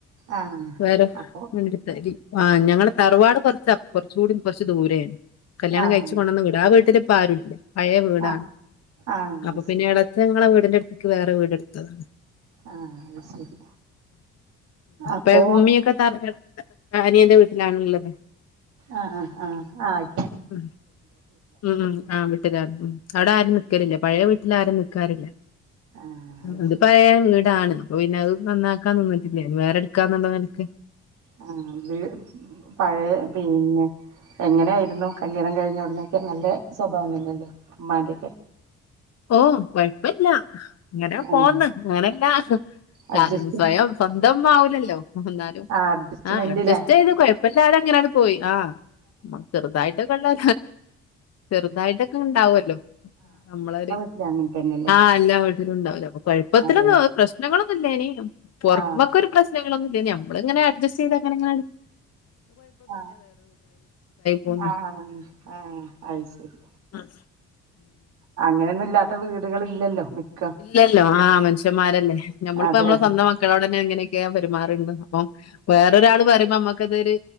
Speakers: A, on the right; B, on the left.
A: ആഹ്
B: വേറെ
A: അപ്പൊ
B: കൊണ്ടിടുത്തരി ആ ഞങ്ങളടെ തറുവാട് കുറച്ച കുറച്ച കൂടി കുറച്ച് ദൂരെയാണ് കല്യാണം
A: ആഹ്
B: കഴിച്ചച്ച് കൊണ്ടുവന്ന വീട ആ വീട്ടില് ഇപ്പോ ആരുല്ല പഴയ വീടാണ്
A: ആഹ് ആഹ് അത്
B: അപ്പൊ പിന്നെ
A: ശരി
B: ഇടച്ചങ്ങളെ വീ അതിന്റെ അടുത്തേക്ക് വേറെ വീടെ എടുത്തതാണ്
A: ആഹ് അത് ശരി അപ്പോ
B: പമീക്ക ത ആനിയ എന്റെ വീട്ടിലാണുള്ളത്
A: ആ ആ ആ ആ ആയി
B: ഉ ഉം ഉം ആ അവിടെ ആരും നിക്കലില്ല പഴയ വീട്ടിൽ ആരും നൽക്കാറില്ല
A: ആഹ്
B: അത്
A: ശരി
B: പറയാ ഇങ്ങീടാണ് അപ്പൊ പിന്നെ അത് നന്നാക്കാൻ നിന്നിട്ടില്ല വേറെ എടുക്കാന്നുള്ളത് നിനക്ക്
A: ആ വി പഴയ പിന്നെ എങ്ങനെയായിരുന്നു കല്യാണം കഴിഞ്ഞ ഉടുന്നൊക്കെ നല്ല സ്വഭാവമല്ലല്ലോ ഉമ്മാന്റെക്കെ
B: ഓ കൊഴപ്പില്ല ഇങ്ങനെ
A: ആഹ്
B: പോന്ന് അങ്ങനല്ല
A: അഡ്ജസ്റ്റ്
B: ആ സ്വയം സ്വന്തം ആവലല്ലോ ഒന്നാലും
A: ആഹ് അഡ്ജസ്റ്റ്മെന്റ്ല്ലേ
B: ആ അഡ്ജസ്റ്റ് ചെയ്ത് കുഴപ്പല്ലരും എങ്ങനെയാണ് പോയി ആ നമ്മക്ക് ചെറുതായിട്ടൊ കൊള്ള ചെറുതായിട്ടൊക്കെ ഉണ്ടാവല്ലോ നമ്മളരു
A: ഇത് അങ്ങനേ തന്നെ
B: ആ എല്ലാ വീട്ടിലും ഉണ്ടാവില്ല അപ്പൊ കൊഴപ്പത്തിലൊന്നുംശ്നങ്ങളൊന്നും
A: അതെ അതെ
B: ഇല്ല ഇനി പുറമക്കൊ
A: ആഹ്
B: ഒരു പ്രശ്ന നമ്മള ഇങ്ങനെ അഡ്ജസ്റ്റ് ചെയ്തങ്ങന
A: ആ
B: പോന്ന്
A: ആ ആ അയി ശരി
B: ഉം
A: അങ്ങനെയൊന്നുംല്ലാത്ത വീടുകളില്ലല്ലോ മിക്ക
B: ഇല്ലല്ലോ ആ മനുഷ്യന്മാരല്ലേ നമ്മിപ്പോ
A: അതെ
B: നമ്മളെവന്ത
A: അതെ
B: മക്കളോടന്നെ എങ്ങനെയൊക്കെയാ പെരുമാറണ്ട് അപ്പം വേറൊരാള് പറയുമ്പോ നമ്മുക്കതൊരു